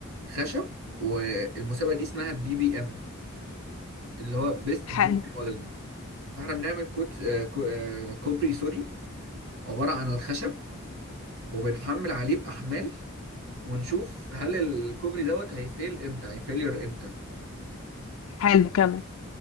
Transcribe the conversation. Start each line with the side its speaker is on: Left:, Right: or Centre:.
Right: خشب والمسابقه دي اسمها بي بي ام اللي هو بيست
Left: حلو
Right: بريك موديل فاحنا بنعمل كوت آه كو- آه، كوبري سوري عباره عن الخشب وبنحمل عليه باحمال ونشوف هل الكوبري دوت هيفيل امتى هيفيلير امتى
Left: حلو كمل